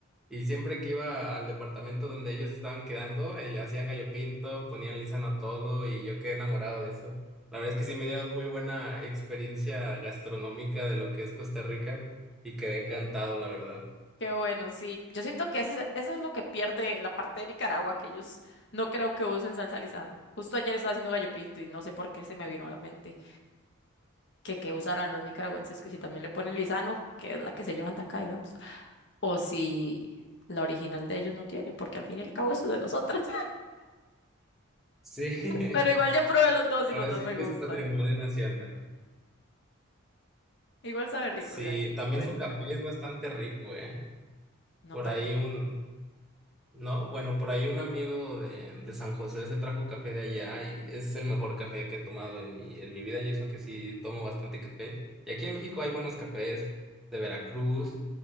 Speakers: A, in the centre; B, on the left (about 55°).
A: Y siempre que iba al departamento donde ellos estaban quedando, eh, hacían gallo pinto, ponían Lizano a todo y yo quedé enamorado de eso. La verdad es que sí me dieron muy buena experiencia gastronómica de lo que es Costa Rica y quedé encantado, la verdad.
B: Qué bueno, sí. Yo siento que ese- eso es lo que pierde la parte de Nicaragua, que ellos no creo que usen salsa Lizano. Justo ayer estaba haciendo gallo pinto y no sé por qué se me vino a la mente que, que usarán los nicaragüenses, que si también le ponen Lizano, que es la que se llevan de acá, digamos, o si la original de ellos no tiene, porque al fin y al cabo eso es de nosotros.
A: Sí,
B: Pero igual
A: <laughs>
B: ya probé los dos
A: ahora
B: y los dos
A: sí
B: me
A: que
B: gustan.
A: es patrimonio nacional.
B: Igual sabe rico
A: Sí,
B: el gallo
A: también
B: de
A: su
B: Nicaragua.
A: café es bastante rico, ¿eh?
B: No
A: Por
B: toca.
A: ahí un... No, bueno, por ahí un amigo de, de San José se trajo café de allá y es el mejor café que he tomado en mi, en mi vida y eso que sí tomo bastante café. Y aquí en México hay buenos cafés de Veracruz,